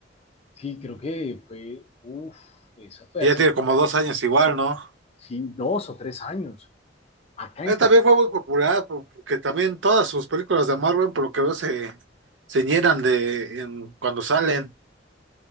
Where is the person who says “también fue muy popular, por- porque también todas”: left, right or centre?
Right